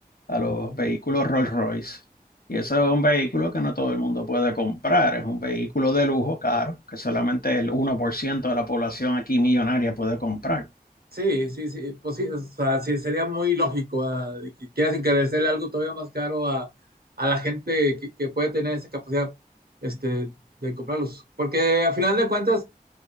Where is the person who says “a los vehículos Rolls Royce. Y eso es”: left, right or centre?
Left